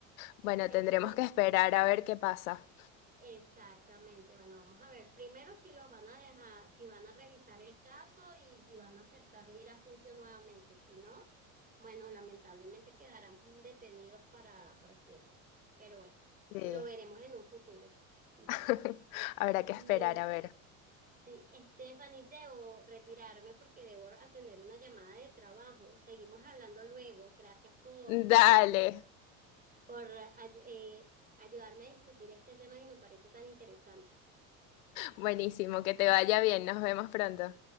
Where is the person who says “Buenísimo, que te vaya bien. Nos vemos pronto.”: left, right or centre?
Left